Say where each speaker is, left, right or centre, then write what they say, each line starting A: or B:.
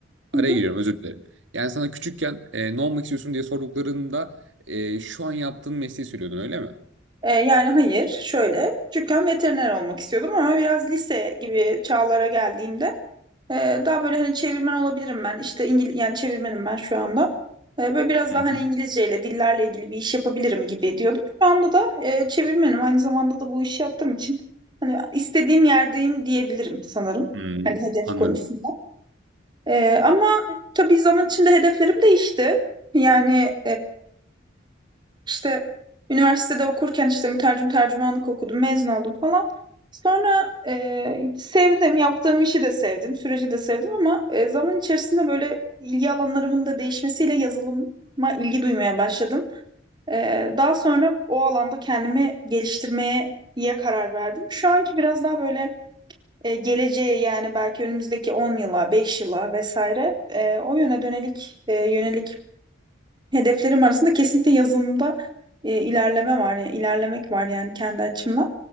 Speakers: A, on the right; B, on the right.
A: Araya
B: Hı hı.
A: giriyorum özür dilerim. Yani sana küçükken e, ne olmak istiyorsun diye sorduklarında e, şu an yaptığın mesleği söylüyordun öyle mi?
B: E, yani hayır şöyle küçükken veteriner olmak istiyordum ama biraz lise gibi çağlara geldiğimde Ee, daha böyle hani çevirmen olabilirim ben. İşte İngil yani çevirmenim ben şu anda. Ee, böyle biraz
A: Hı
B: daha hani
A: hı.
B: İngilizceyle, dillerle ilgili bir iş yapabilirim gibi diyordum. Şu anda da e, çevirmenim. Aynı zamanda da bu işi yaptığım için hani istediğim yerdeyim diyebilirim sanırım.
A: Hmm,
B: Hani hedef
A: anladım.
B: konusunda. Ee, ama tabii zaman içinde hedeflerim değişti. Yani işte üniversitede okurken işte mütercim tercümanlık okudum, mezun oldum falan. Sonra e, sevdim, yaptığım işi de sevdim, süreci de sevdim ama e, zaman içerisinde böyle ilgi alanlarımın da değişmesiyle yazılıma ilgi duymaya başladım. E, daha sonra o alanda kendimi geliştirmeye ya karar verdim. Şu anki biraz daha böyle e, geleceğe yani belki önümüzdeki on yıla, beş yıla vesaire e, o yöne dönelik e, yönelik Hedeflerim arasında kesinlikle yazılımda e, ilerleme var yani ilerlemek var yani kendi açımdan.